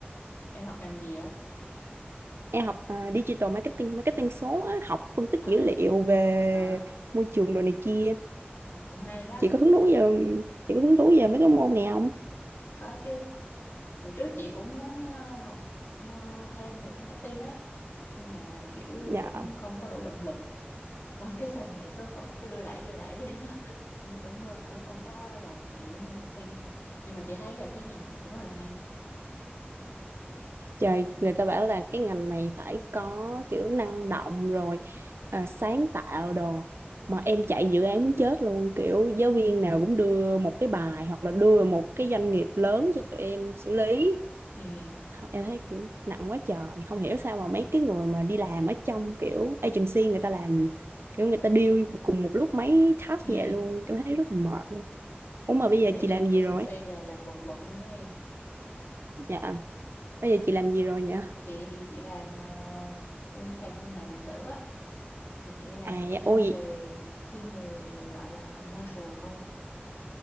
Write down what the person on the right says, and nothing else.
em học à, digital marketing marketing số á, học phân tích
dữ liệu về
môi trường đồ này kia
chị có hứng thú về chị có hứng thú về mấy cái môn này không
dạ
Trời, người ta bảo là cái ngành này phải có kiểu năng động rồi à, sáng tạo đồ mà em chạy dự án muốn chết luôn kiểu giáo viên nào cũng đưa một cái bài hoặc là đưa một cái doanh nghiệp lớn cho tụi em xử lý
em thấy kiểu nặng quá trời không hiểu sao mà mấy cái người mà đi làm ở trong kiểu agency người ta làm kiểu người ta deal cùng một lúc mấy task
như vậy luôn em thấy rất mệt luôn Ủa mà bây
giờ
chị làm gì
rồi?
Dạ, bây giờ chị làm gì rồi vậy?
À,
dạ, ôi